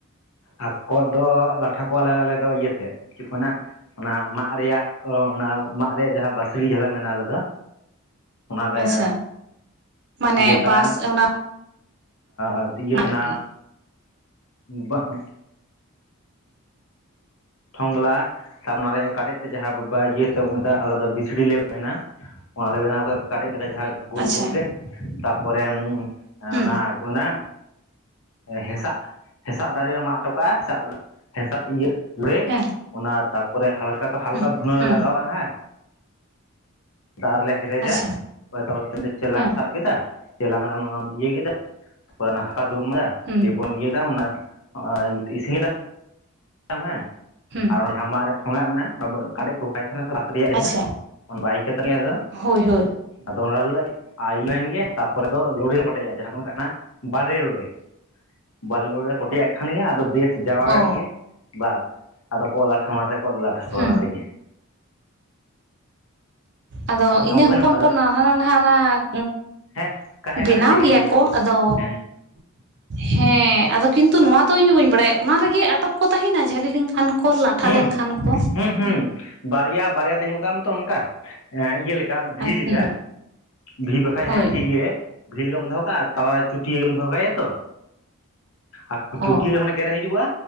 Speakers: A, on the left (about 65°); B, on the right (about 50°).
A: ᱟᱨ ᱠᱚᱸᱜ ᱫᱚ ᱞᱟᱴᱷᱟ ᱠᱚᱣᱟᱞᱮ ᱟᱞᱮ ᱫᱚ ᱤᱭᱟᱹᱛᱮ ᱪᱮᱫ ᱠᱚ ᱢᱮᱱᱟᱜ ᱚᱱᱟ ᱢᱟᱫ ᱨᱮᱭᱟᱜ ᱚ ᱚᱱᱟ ᱢᱟᱫ ᱨᱮᱭᱟᱜ ᱡᱟᱦᱟᱸ ᱵᱟᱹᱥᱲᱤ ᱡᱷᱟᱞᱟ ᱢᱮᱱᱟᱜᱼᱟ ᱟᱞᱮ ᱫᱚ ᱚᱱᱟᱞᱮ
B: ᱟᱪᱪᱷᱟ ᱢᱟᱱᱮ
A: ᱤᱭᱟᱹ ᱠᱟᱜᱼᱟ᱾
B: ᱵᱟᱥ ᱚᱱᱟ
A: ᱟ ᱤᱭᱟᱹ ᱛᱮᱱᱟᱜ
B: ᱟᱨᱠᱤ
A: ᱵᱟᱝ ᱴᱷᱚᱝᱞᱟ ᱛᱟᱯ ᱚᱱᱟ ᱨᱮ ᱠᱟᱴᱮᱡ ᱛᱮ ᱡᱟᱦᱟᱸ ᱵᱟᱵᱟ ᱤᱭᱟᱹ ᱛᱟᱜᱽ ᱢᱮ ᱫᱟᱜ ᱟᱞᱮ ᱫᱚ ᱵᱤᱥᱲᱤ ᱞᱮ ᱢᱮᱱᱟ ᱚᱱᱟ ᱞᱮ ᱵᱮᱱᱟᱣ ᱠᱟᱜ ᱠᱟᱰᱮᱡ ᱞᱮᱠᱟ ᱡᱟᱦᱟᱸ ᱜᱳᱞ
B: ᱟᱪᱪᱷᱟ
A: ᱜᱳᱞ ᱜᱮ ᱛᱟᱨᱯᱚᱨᱮ
B: ᱦᱩᱸ
A: ᱚᱱᱟ ᱪᱮᱫ ᱠᱚ ᱢᱮᱱᱟ ᱦᱮᱸᱥᱟᱜᱼᱦᱮᱸᱥᱟᱜ ᱫᱟᱨᱮ ᱢᱟᱜ ᱚᱴᱚ ᱠᱟᱜᱼᱟ ᱦᱮᱸᱥᱟᱜᱼᱦᱮᱸᱥᱟᱜ ᱤᱭᱟᱹ <unintelligible>
B: ᱦᱮᱸ
A: ᱚᱱᱟ ᱛᱟᱯᱚᱨᱮ ᱦᱟᱞᱠᱟ ᱥᱟ ᱦᱟᱞᱠᱟ
B: ᱦᱩᱸ
A: ᱫᱷᱩᱬᱟᱹ
B: ᱦᱩᱸ
A: ᱞᱮ ᱞᱟᱜᱟᱣᱟᱜᱼᱟ ᱦᱮᱸ ᱫᱟᱜ ᱨᱮᱞᱮ ᱦᱮᱰᱮᱡᱟ
B: ᱟᱪᱪᱷᱟ
A: ᱚᱱᱮ ᱛᱟᱢᱟᱠ ᱪᱩᱸᱰᱤ ᱪᱮᱞᱟᱝ
B: ᱦᱮᱸ
A: ᱥᱟᱵ ᱠᱮᱫᱟ ᱪᱮᱞᱟᱝ ᱨᱮᱢᱟᱢ ᱤᱭᱟᱹ ᱠᱮᱫᱟᱢ ᱚᱱᱟ <unintelligible>
B: ᱦᱩᱸ
A: ᱤᱭᱟᱹ ᱠᱚᱢ ᱤᱭᱟ ᱫᱟ ᱚᱱᱟ ᱟᱭ ᱤᱥᱤᱭ ᱫᱟ <unintelligible> ᱦᱮᱸ
B: ᱦᱮᱸ
A: ᱟᱨ ᱚᱱᱟ ᱡᱟᱦᱟᱸ ᱢᱟᱜ ᱨᱮ ᱴᱷᱚᱸᱜᱟᱜ ᱢᱮᱱᱟᱜᱼᱟ ᱠᱟᱰᱮᱡ ᱠᱚ ᱠᱟᱭ ᱛᱟᱦᱮᱱᱟ ᱥᱮ ᱵᱟ ᱨᱮᱭᱟᱜ ᱡᱟᱦᱟᱸ
B: ᱟᱪᱪᱷᱟ
A: ᱚᱱᱟ ᱵᱟᱭ ᱠᱮᱫ ᱛᱟᱹᱞᱤᱧᱟᱭ ᱟᱫᱚ
B: ᱦᱳᱭ ᱦᱳᱭ
A: ᱟᱫᱚ ᱚᱱᱟ ᱟᱹᱜᱩ ᱞᱟᱡ ᱜᱮ ᱟᱭ ᱞᱮ ᱮᱱ ᱜᱮ ᱛᱟᱨᱯᱚᱨᱮ ᱫᱚ ᱞᱩᱲᱩ ᱠᱚᱴᱮᱴᱮᱡᱟ ᱡᱟᱦᱟᱸ ᱠᱚ ᱢᱮᱛᱟᱜ ᱠᱟᱱᱟ ᱵᱟᱨᱮ ᱨᱚᱲᱮ, ᱵᱟᱞᱮ ᱨᱚᱲᱮ ᱠᱚᱴᱮᱡᱟᱜ ᱠᱷᱟᱱ ᱜᱮ ᱟᱫᱚ ᱵᱮᱥ ᱡᱟᱣᱟᱣ
B: ᱚ
A: ᱮᱱ ᱜᱮ ᱵᱟᱥ ᱟᱫᱚ ᱠᱚᱸᱜ ᱞᱟᱴᱷᱟᱢᱟ ᱟᱛᱮ ᱠᱚᱜ ᱞᱮ ᱞᱟᱴᱷᱟ ᱠᱚᱣᱟ
B: ᱦᱩᱸ
A: ᱚᱱᱟ ᱛᱮᱜᱮ
B: ᱟᱫᱚ
A: ᱟᱯᱮ ᱥᱮᱫ
B: ᱤᱱᱟᱹ
A: ᱚᱱᱠᱟ ᱠᱚ ᱵᱮᱱᱟᱣᱟ
B: ᱦᱚᱯᱚᱱ
A: ᱚᱱᱠᱟ
B: ᱦᱚᱯᱚᱱ
A: ᱫᱚ
B: ᱦᱟᱱᱟ ᱱᱷᱟᱜ
A: ᱦᱮᱸ ᱠᱟᱦᱮᱸ
B: ᱵᱮᱱᱟᱣ
A: ᱠᱟᱰᱮᱡ ᱛᱮᱜᱮ
B: ᱜᱮᱭᱟ
A: ᱦᱩᱭᱩᱜᱼᱟ
B: ᱠᱚ ᱟᱫᱚ
A: ᱦᱮᱸ
B: ᱦᱮᱸ ᱟᱫᱚ ᱠᱤᱱᱛᱩ ᱱᱚᱣᱟ ᱫᱚ ᱤᱧ ᱦᱚᱸ ᱵᱟᱹᱧ ᱵᱟᱲᱟᱭᱟ ᱚᱱᱟ ᱨᱮᱜᱮ ᱟᱴᱚᱠ ᱠᱚ ᱛᱟᱦᱮᱱᱟ ᱡᱷᱟᱹᱞᱤ ᱞᱮᱱᱠᱷᱟᱱ ᱠᱚ ᱞᱟᱴᱷᱟ
A: ᱦᱮᱸ
B: ᱞᱮᱱᱠᱷᱟᱱ ᱠᱚ
A: ᱦᱮᱸ ᱦᱩᱸ ᱵᱟᱨᱭᱟ ᱵᱟᱨᱭᱟ ᱛᱤᱸᱜᱩ ᱠᱟᱜ ᱢᱮᱛᱚ ᱚᱱᱠᱟ ᱮ ᱤᱭᱟᱹ ᱞᱮᱠᱟ ᱵᱷᱤ
B: ᱟ
A: ᱞᱮᱠᱟ
B: ᱦᱩᱸ
A: ᱵᱷᱤ ᱵᱟᱠᱷᱟᱡ
B: ᱦᱳᱭ
A: ᱦᱮᱸ ᱵᱷᱤ ᱜᱮ ᱵᱷᱤ ᱞᱮᱠᱟᱢ ᱫᱚᱦᱚ ᱠᱟᱜᱼᱟ ᱛᱟᱞᱟᱨᱮ ᱪᱩᱴᱭᱟᱹᱢ ᱫᱚᱦᱚ ᱠᱟᱭᱟ ᱛᱚ ᱟᱨ
B: ᱚ
A: ᱪᱩᱴᱭᱟᱹ ᱡᱚᱠᱷᱚᱱᱮ ᱜᱮᱨᱮ ᱦᱤᱡᱩᱜᱼᱟ᱾